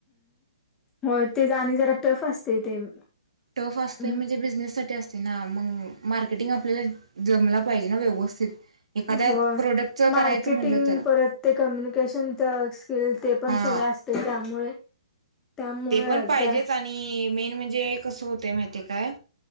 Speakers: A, on the left; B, on the right.
A: हो ते जा आणि जरा टफ असते ते
B: टफ असत
A: हम्म
B: म्हणजे बिझनेससाठी अस ना मग मार्केटिंग आपल्याला जमल पाहिजे ना व्यवस्थित. एखाद्या
A: होय
B: प्रोडक्टच
A: मार्केटिंग
B: करायचं म्हणलं तर
A: परत ते कम्यनिकेशन स्किल ते पण
B: हा
A: सगळ असते त्यामुळे त्यामुळे
B: ते पण पाहिजेच
A: जरा
B: आणि मेन म्हणजे कसं होतंय माहितीय काय?